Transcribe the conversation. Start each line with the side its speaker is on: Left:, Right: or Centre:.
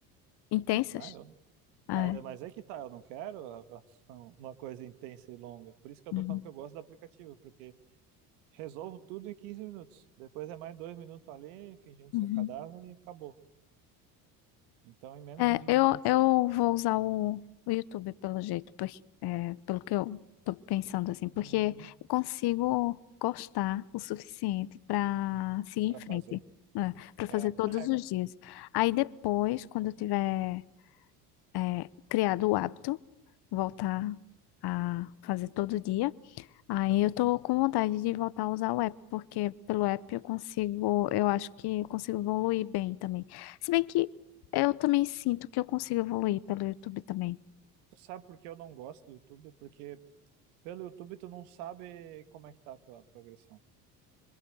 Left: Intensas.
Right: Ah, eu
Left: Ah,
Right: Mas,
Left: é.
Right: mas é que tá, eu não quero a- a- uma coisa intensa e longa. Por isso que eu
Left: Uhum.
Right: tô falando que eu gosto do aplicativo, porque resolvo tudo em 15 minutos. Depois é mais dois minutos ali, fingindo
Left: Uhum.
Right: ser cadáver e acabou. Então, em menos
Left: É,
Right: de 20
Left: eu,
Right: minutos,
Left: eu vou usar o, o YouTube pelo jeito, porque, é, pelo que eu tô pensando assim, porque
Right: uhum,
Left: eu consigo gostar o suficiente para seguir
Right: para
Left: em frente,
Right: fazer.
Left: né, para fazer
Right: É.
Left: todos
Right: Não, é,
Left: os dias. Aí depois, quando eu tiver é, criado o hábito, voltar a fazer todo dia. Aí eu tô com vontade de voltar a usar o app, porque pelo app eu consigo, eu acho que eu consigo evoluir bem também. Se bem que eu também sinto que eu consigo evoluir pelo YouTube também.
Right: tu sabe por que eu não gosto do YouTube? Porque pelo YouTube tu não sabe como é que tá a tua progressão.